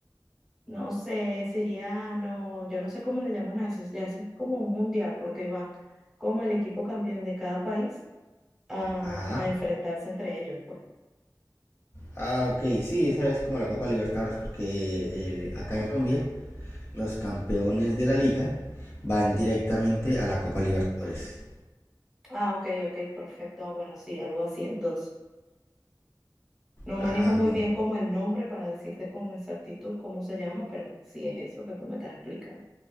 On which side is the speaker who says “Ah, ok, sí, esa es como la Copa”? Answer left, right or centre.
Left